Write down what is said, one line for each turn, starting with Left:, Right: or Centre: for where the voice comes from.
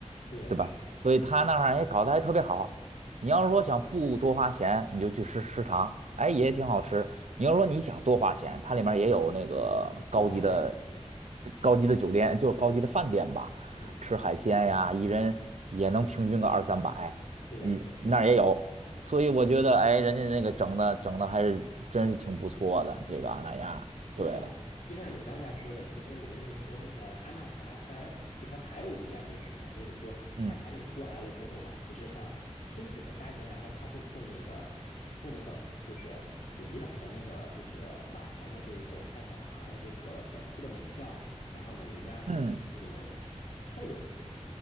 Left: 对，
Right: 对吧？
Left: 是是这个意思，
Right: 所以他那儿哎搞得还特别好。你要是说想不多花钱，你就去吃食堂，哎也挺好吃。
Left: 嗯，
Right: 你要说你想多花钱，它里面也有那个高级的、
Left: 多花钱的，对
Right: 高级的酒店，就是高级的饭店吧，
Left: 对，嗯，
Right: 吃海鲜呀，一人也能平均个二三百，
Left: 对对对。
Right: 你那儿也有。所以我觉得，哎，人家那个整的整的还是真是挺不错的，这个阿那亚，
Left: 对就像就像你刚才说的，
Right: 对，
Left: 其实我跟你说那个安娜塔拉，它其实还有一点是什么呀？就是说，
Right: 嗯
Left: 但凡你过来了之后吧，其实像亲子的家庭，然后他会送那个送那个就是普吉岛的那个就是晚上的这种带小孩儿的这个演出的门票，然后呢，人家可以给你们送过去。
Right: 嗯，